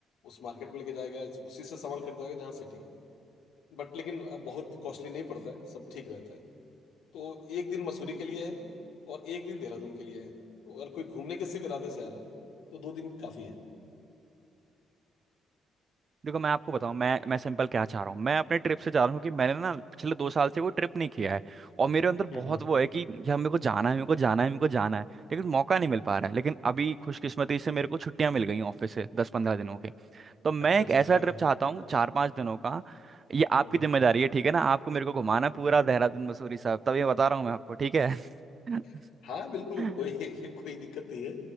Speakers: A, on the left (about 85°); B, on the right (about 40°).
A: उस मार्केट में लेके जाएगा उसी से सामान खरीदवाएगा जहाँ सेटिंग है बट लेकिन बहुत कॉस्टली नहीं पड़ता है सब ठीक रहता है तो एक दिन मसूरी के लिए है और एक दिन देहरादून के लिए है तो अगर कोई घूमने के सिर्फ इरादे से आ रहा है तो दो दिन काफी है
B: देखो मैं आपको
A: तो
B: बताऊं मैं मैं सिंपल क्या चाह रहा हूँ मैं अपने ट्रिप से चाह रहा हूँ क्योंकि मैंने ना पिछले दो साल से वो ट्रिप नहीं किया है और मेरे अंदर
A: हम्म
B: बहुत
A: हम्म
B: वो है कि यार मेरे को जाना है मेरे को जाना है मेरे को जाना है लेकिन मौका नहीं मिल पा रहा है लेकिन अभी खुशकिस्मती से मेरे को छुट्टियां मिल गई ऑफिस से दस पंद्रह दिनों के तो मैं
A: अच्छा
B: एक
A: अच्छा
B: ऐसा
A: हाँ
B: ट्रिप
A: हाँ,
B: चाहता हूँ चार पांच दिनों का ये आपकी
A: हम्म
B: जिम्मेदारी है ठीक है ना आपको मेरे को घुमाना है
A: हम्म।
B: पूरा देहरादून मसूरी साहब तब ये बता रहा हूँ मैं आपको ठीक है <laughs>
A: <laughs> हाँ बिल्कुल
B: टेहरी
A: कोई <laughs> कोई दिक्कत नहीं है